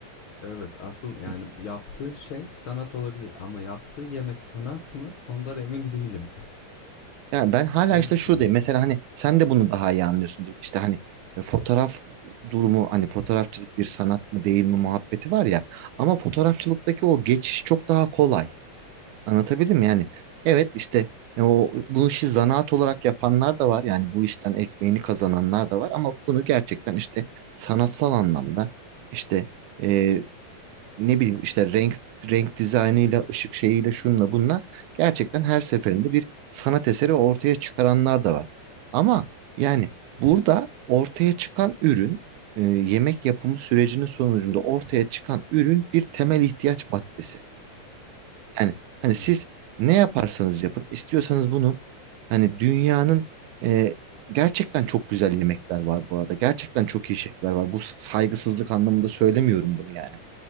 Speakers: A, on the left; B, on the right.
A: Evet, asıl yani
B: Hı hı.
A: yaptığı şey sanat olabilir ama yaptığı yemek sanat mı? Ondan emin değilim.
B: Yani ben
A: <laughs>
B: hala
A: Ne
B: işte
A: düşünüyorsun?
B: şuradayım. Mesela hani sen de bunu daha iyi anlıyorsundur. İşte hani e, fotoğraf durumu hani fotoğrafçılık bir sanat mı değil mi muhabbeti var ya. Ama fotoğrafçılıktaki o geçiş çok daha kolay. Anlatabildim mi? Yani evet işte e, o bu işi zanaat olarak yapanlar da var. Yani bu işten ekmeğini kazananlar da var ama bunu gerçekten işte sanatsal anlamda işte e, ne bileyim işte renk renk dizaynıyla ışık şeyiyle şunla bununla gerçekten her seferinde bir sanat eseri ortaya çıkaranlar da var. Ama yani burada ortaya çıkan ürün e, yemek yapımı sürecinin sonucunda ortaya çıkan ürün bir temel ihtiyaç maddesi. Yani hani
A: Hı
B: siz
A: hı.
B: ne yaparsanız yapın, istiyorsanız bunu hani dünyanın e, gerçekten çok güzel yemekler var bu arada. Gerçekten çok iyi şefler var. Bu s- saygısızlık anlamında söylemiyorum bunu yani.